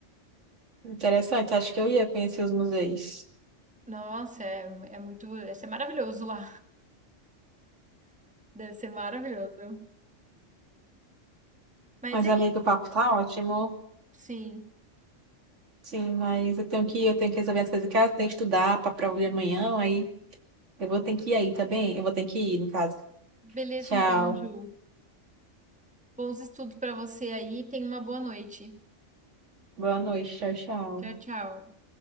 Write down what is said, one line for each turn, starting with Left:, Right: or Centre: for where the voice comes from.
Right: Interessante, acho que eu ia conhecer os museus.
Centre: Nossa, é, é muito. Deve ser maravilhoso lá. <laughs> Deve ser maravilhoso. Mas
Right: Mas,
Centre: é
Right: amigo,
Centre: isso,
Right: o papo tá ótimo.
Centre: sim.
Right: Sim, mas eu tenho que ir, eu tenho que resolver as coisas de casa, tenho que estudar pra prova de amanhã, aí eu vou ter que ir aí, tá bem? Eu vou ter que ir, no caso.
Centre: Beleza,
Right: Tchau.
Centre: então, Ju. Bons estudos para você aí. Tenha uma boa noite.
Right: Boa noite, tchau, tchau.
Centre: Tchau, tchau.